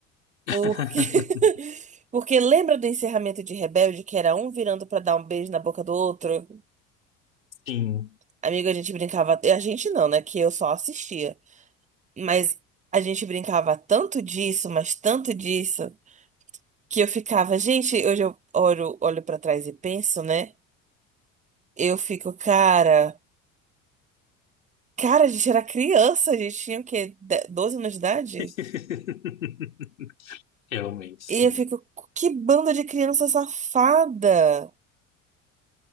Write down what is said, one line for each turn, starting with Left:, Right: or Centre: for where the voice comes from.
Left: <laughs>
Right: Porque. <laughs> Porque lembra do encerramento de Rebelde, que era um virando pra dar um beijo na boca do outro?
Left: Sim.
Right: Amigo, a gente brincava. A gente não, né? Que eu só assistia. Mas a gente brincava tanto disso, mas tanto disso, que eu ficava, gente, hoje eu olho, olho para trás e penso, né? Eu fico, cara, cara, a gente era criança, a gente tinha o quê? De- 12 anos de idade?
Left: <laughs> Realmente,
Right: E
Left: sim.
Right: eu fico, que banda de criança safada!